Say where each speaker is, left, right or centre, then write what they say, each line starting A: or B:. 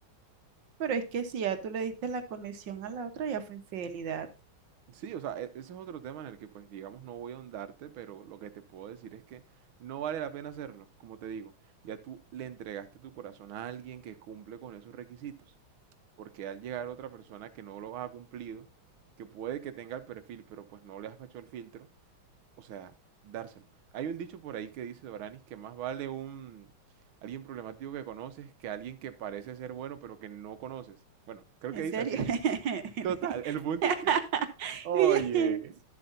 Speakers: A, on the right; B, on the right.
A: pero es que si ya tú le diste la conexión a la otra, ya fue infidelidad.
B: Sí, o sea, e- ese es otro tema en el que, pues, digamos, no voy a ahondarte, pero lo que te puedo decir es que no vale la pena hacerlo, como te digo. Ya tú le entregaste tu corazón a alguien que cumple con esos requisitos, porque al llegar otra persona que no lo ha cumplido, que puede que tenga el perfil, pero pues no le has hecho el filtro, o sea, dárselo. Hay un dicho por ahí que dice Doranis que más vale un alguien problemático que conoces que alguien que parece ser bueno, pero que no conoces. Bueno, creo
A: ¿En
B: que dice
A: serio?
B: así.
A: <laughs>
B: Total, el punto es que Oye,
A: Oye,